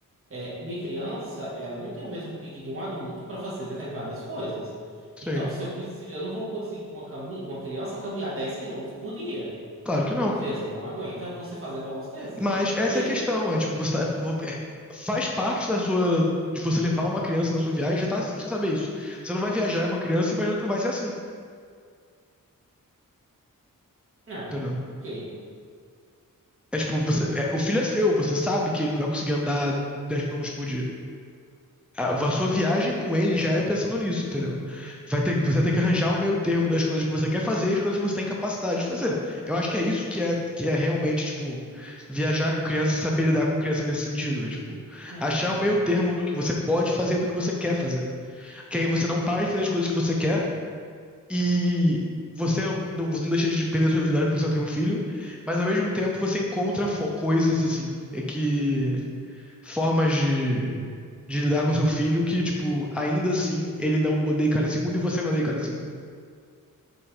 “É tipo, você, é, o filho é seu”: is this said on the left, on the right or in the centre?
Centre